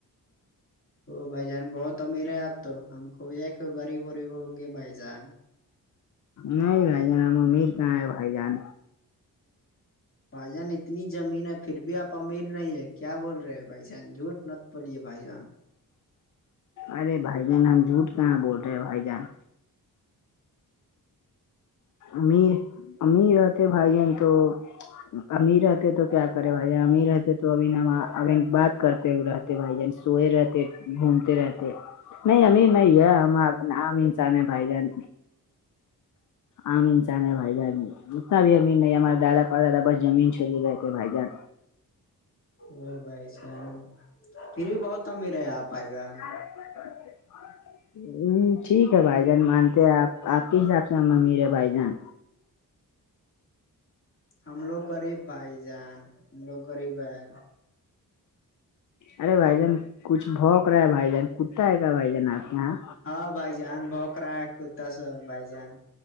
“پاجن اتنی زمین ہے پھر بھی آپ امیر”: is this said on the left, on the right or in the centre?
Left